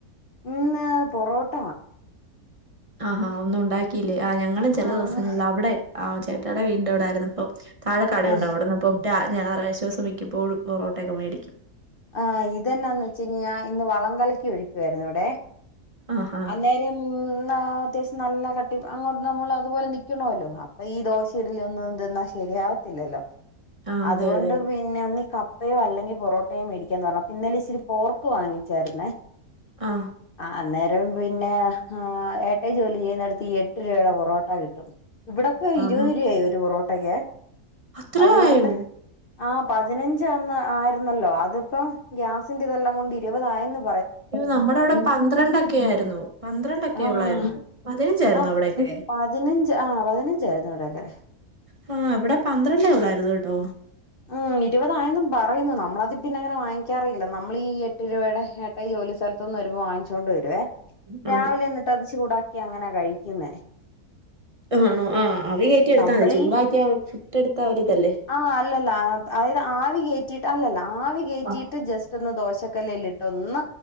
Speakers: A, on the left; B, on the right.
A: ഇന്ന് പൊറോട്
B: ആഹഹ ഒന്നും ഉണ്ടാക്കിയില്ലേ ആ ഞങ്ങള് ചില
A: ആഹ്
B: ദിവസങ്ങളിൽ അവിടെ ഏ ട്ടായിന്റെ വീടിന്റെ അവിടായിരുന്നപ്പം താഴെ കടയുണ്ടാവ്
A: ആ
B: അവിടു ന്ന് ഇപ്പം ഞായറാഴ്ച്ച സ് - മിക്കപ്പോഴും പൊറോ ട്ടൊക്കെ മേടി- <unintelligible>
A: ആ ഇതന്നാന്ന് വെച്ച കഴിഞ്ഞാ വളംകലക്കി ഒഴിക്കാ യിരുന്നു ഇവിടെ
B: ആഹാ
A: അന്നേരംന്നാ അത്യാവശ്യം നല്ല കട്ടി അങ്ങോ നമ്മൾ അതുപോലെ നൽക്കണല്ലോ പ്പൊ ഈ ദോശഇഡി ലിഎന്നോതെന്തോന്ന് സരി യാവതില്ലല്ലോ
B: ആഹ്
A: അതുകൊണ്ട്
B: അതെ അതെ
A: പിന്നെ ഒന്ന് -ക ോ അല്ലെങ്ക പൊറട്ടോ ലെ മേടിക്കാന്ന പറഞ്ഞാ പിന്നലെ ഇച്ചിരി പോർക്ക് വാങ്ങിച്ചായിരുന്നേ
B: ആഹ്
A: അന്നേ പിന്നെ ആ ഏട്ടായി ജോലി ചെയ്യുന്നടുത്ത് ഇ എട്ട് രൂപയുടെ പൊറോട്ട കിട്ടും ഇവിടൊക്കെ ഇരുപത്
B: ആഹാ
A: ഇരു ആയി ഒരു പൊറോട്ടകെ
B: അത്ര
A: അതുകൊണ്ട്
B: ആയോ
A: ആ പതിനഞ്ച് അന്ന് ആയിരുന്നല്ലോ അതിപ്പോം ഗ്യാസിന്റെ ഇതെല്ലാം കൊണ്ട് ഇരുപതായെന്നും
B: പി നമ്മുടെ ഇവിടെ പന്ത്രണ്ടൊക്കെ ആായിരുന്നു പന്ത്രണ്ടൊക്കെ
A: ആഹ്
B: ഉള്ളായിരുന്നു പതിനഞ്ചായിരന്ന
A: ആ
B: അവിടക്കെ
A: പതിനഞ്ച് ആ പതിനഞ്ചായിരുന്നു ഇവിടെയൊക്കെ
B: ഹ ഇവിടെ പന്ത്രണ്ടേ ഉള്ളായിരുന്നു കേട്ടോ
A: ഉം ഇരുപതായന്നും പറയുന്നു നമ്മളത് പിന്നെ അങ്ങനെ വാങ്ങിക്കാറില്ല നമ്മൾ ഈ എട്ട് രൂപയുടെ ഏട്ടായി ജോലി സ്ഥലത്തൊന്നും വരുമ്പോ വാങ്ങിച്ചോണ്ട് വരുവേ
B: ആ
A: രാവിലെ എന്നിട്ട് അത് ചൂടാക്കി അങ്ങനാ കഴിക്കുന്നേ
B: ആ ആണോ ആ അവി കയറ്റി എടുത്താതി
A: നമ്മളീ
B: ചൂടാക്കി ചുട്ടെടുത്ത ഒരു ഇതല്ലേ
A: ആ അല്ലല്ല അതായത് ആവി കറ്റിട്ട് അല്ലല്ല ആവി കറ്റിയിട്ട്
B: ആഹ്
A: ജസ്റ്റ്ന്ന് ദോശക്കല്ല ലിറ്റുള്ള